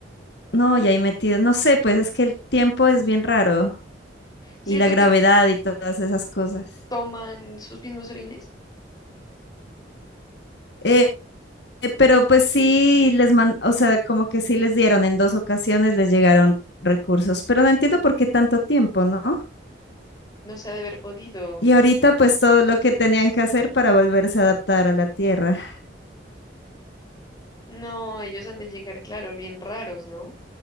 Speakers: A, on the left; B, on the left.
A: No, y ahí metidos. No sé, pues es que el tiempo es bien raro
B: ¿Cierto
A: y la gravedad
B: que
A: y todas esas cosas.
B: toman sus mismos orines?
A: Eh, Eh, Pero pues sí les man, o sea, como que sí les dieron en dos ocasiones, les llegaron recursos, pero no entiendo por qué tanto tiempo, ¿no?
B: No se ha de haber podido,
A: Y
B: pues,
A: ahorita pues todo lo que tenían que hacer para volverse a adaptar a la Tierra.
B: no, ellos han de llegar, claro, bien raros, ¿no?